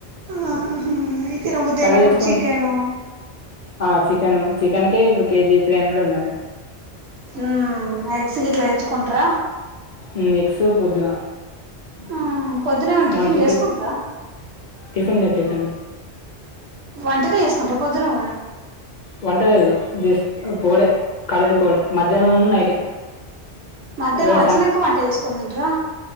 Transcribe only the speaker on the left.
తెచ్చుకుంటే
ఆ చికెన్ చికెన్ కే ఇప్పుడు కేజీ త్రీ హండ్రెడ్ ఉన్నది
ఉం ఎక్స్ పొద్దున
మనిషికి
టిఫిన్ లేదు టిఫిన్
వంటలేదు జస్ట్ పోవుడే కాలేజీకి పోవుడే మధ్యాహ్నం ఉను నైటే
ఇప్పుడు